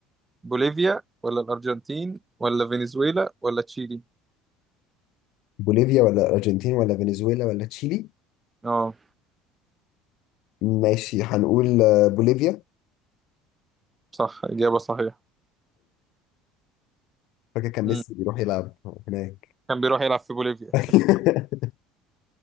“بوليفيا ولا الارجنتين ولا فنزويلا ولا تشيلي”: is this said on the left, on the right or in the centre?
Left